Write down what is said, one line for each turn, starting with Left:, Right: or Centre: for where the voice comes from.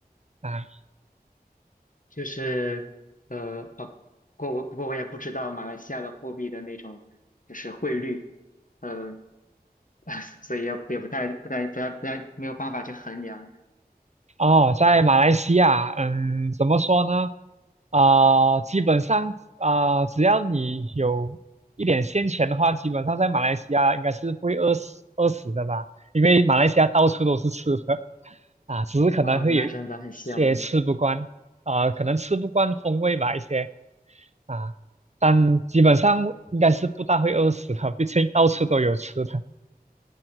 Right: 啊。
Left: 就是，呃，哦，不过我不过我也不知道马来西亚的货币的那种就是汇率，嗯、啊，<laughs> 所以也也不太不太不太不太没有办法去衡量
Right: 哦，在马来西亚，嗯，怎么说呢？啊、基本上啊、只要你有一点现钱的话，基本上在马来西亚应该是不会饿死饿死的吧？因为马来西亚到处都是吃的啊，只是可能会有一些吃不惯啊、
Left: 啊，那真的很羡慕。
Right: 可能吃不惯风味吧，一些啊，但基本上应该是不大会饿死的，毕竟到处都有吃的。